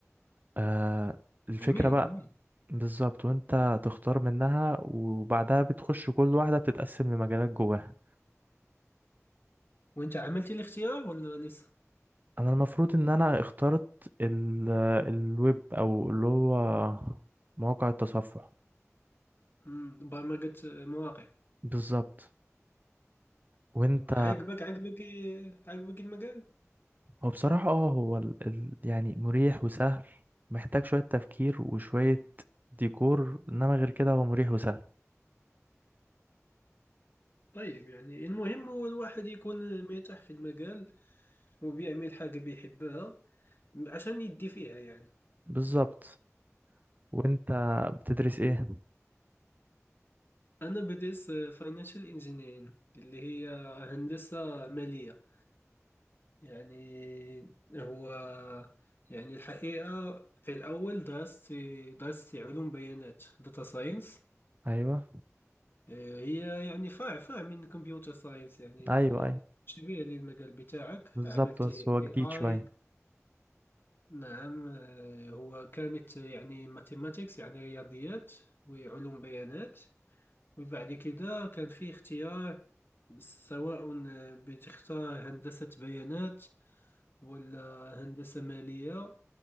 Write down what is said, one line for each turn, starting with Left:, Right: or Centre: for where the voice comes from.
Right: آه الفكرة
Left: جميل
Right: بقى
Left: جميل
Right: بالظبط وانت تختار منها وبعدها بتخش كل واحدة بتتقسم لمجالات جواها
Left: وأنت عملتي الاختيار ولا لسه
Right: انا المفروض ان انا اخترت ال الويب او اللي هو مواقع التصفح
Left: مم، برمجة آه، مواقع
Right: بالظبط وانت
Left: والله عجبك عجبك آه، عجبك المجال
Right: هو بصراحة اه هو ال... ال... يعني مريح وسهل محتاج شوية تفكير وشوية ديكور انما غير كده هو مريح وسهل
Left: طيب يعني المهم هو الواحد يكون آه، مرتاح في المجال وبيعمل حاجة بيحبها عشان يدي فيها يعني
Right: بالظبط وانت بتدرس ايه
Left: أنا بديت فاينانشال انجينيرينج اللي هي هندسة مالية يعني هو يعني الحقيقة في الأول درست درست علوم بيانات داتا ساينس
Right: ايوه
Left: هي يعني فرع فرع من كمبيوتر ساينس يعني
Right: ايوه ايوه
Left: شبيه للمجال بتاعك
Right: بالظبط
Left: عملت
Right: بس
Left: اي
Right: هو جديد
Left: اي
Right: شوية
Left: نعم آه، هو كانت يعني ماثيماتيكس يعني رياضيات وعلوم بيانات وبعد كده كان فيه اختيار سواء آه، بتختار هندسة بيانات ولا هندسة مالية